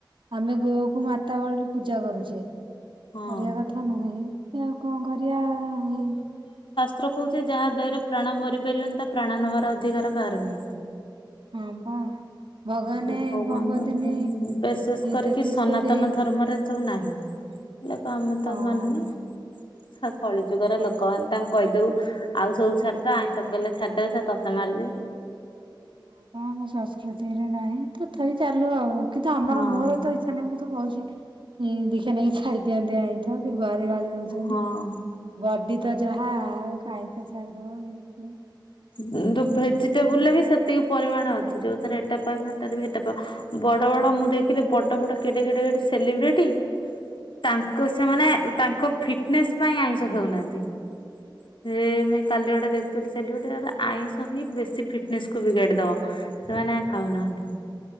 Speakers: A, on the right; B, on the left.
A: ଆମେ ଗୋଉ କ ମାତା ବଳି ପୁଜା କରୁଛେ।
B: ହଁ।
A: କରିବା କଥା ନୁହେଁ ସେ ଆଉ କଣ କରିବା ଏଇ,,
B: ଥ୍ରୋ କହୁଛି ଯାହା ଦେହରେ ପ୍ରାଣ ଭରି ପାରିବନି ତା ପ୍ରାଣ ନେବାର ଅଧିକାର କାହାର ନାହିଁ।
A: ହଁ ବା। ଭଗବାନ
B: ଯେ ଭଗବାନ
A: କଣ କୁହନ୍ତିନି
B: <unintelligible> ବିଶେଷ କରିକି
A: ତେତିଶ
B: ସନାତନ
A: କୋଟି
B: ଧର୍ମରେ, ସବୁ ନାହିଁ ଲୋକ ଆମେ ତ
A: ହଁ ହଁ
B: ମାନୁ ନାହିଁ କଳି ଯୁଗର ଲୋକ କ ନି ତାଙ୍କୁ କହିଦେବୁ ଆଉ ସବୁ ଛାଡ଼୍ ତା ଆଇଁଷ କହିଲେ ଛାଡିଦେଲେ ସେ ତତେ ମାରିିବି।
A: ହଁ ବା ଆମ ସଂସ୍କୃତିରେ ନାହିଁ ତଥାପି ଚାଲୁ ଆଉ କିନ୍ତୁ ଆମର
B: ହଁ।
A: ମୋର ତ ଇଚ୍ଛା ନାହିଁ ମୁଁ ତ, ତୁ କହୁଛି ଇ ଦେଖିବା ନେଇକି ଛାଡି ଦିଅନ୍ତି ଆଇଁଠ କି ଘରେ ଗାଳି ଦଉଛନ୍ତି,
B: ହଁ
A: ବଡି ତ ଯାହା କାହିଁ ତ ଛାଡ଼ିଦବନି,।
B: ଦୁ ଦୁ ଭେଜିଟେବୁଲ ରେ ବି ସେତିକି ପରିମାଣ ଅଛି ଯୋଉ ଥିରେ ଏଟା ପା <unintelligible> ବଡ଼-ବଡ଼ ମୁଁ ଦେଖିଲି ବଡ଼-ବଡ଼ କେଡେ-କେଡେ- କେଡେ ସେଲିବ୍ରିଟି, ତାଙ୍କ ସେମାନେ ଉଁ ତାଙ୍କୁ ଫିଟନେସ୍ ପାଇଁ ଆଇଁଷ ଖଉନାହାନ୍ତି ହେ ମୁଇଁ କାଲି ଗୋଟେ ଦେଖ୍ <unintelligible> ଆଇଁଷ ହିଁ ବେଶି ଫିଟ୍ ନେସ୍ କୁୁ ବିଗାଡି଼ ଦବ ସେମାନେ ଆଉ ଖାଉନାହାନ୍ତି